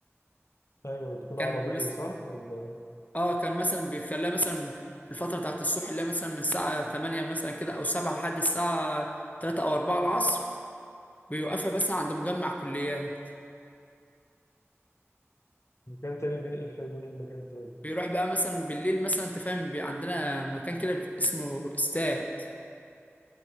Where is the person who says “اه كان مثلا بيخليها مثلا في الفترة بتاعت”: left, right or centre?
Left